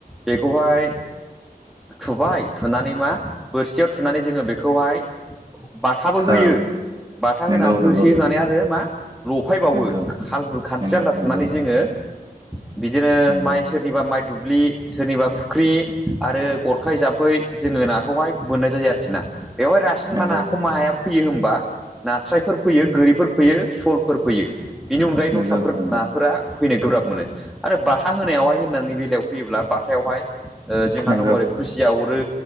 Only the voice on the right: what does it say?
औ
नंगौ
नंगौ
नंगौ
नंगौ
नंगौ
नंगौ
नंगौ
नंगौ
नंगौ
नंगौ
नंगौ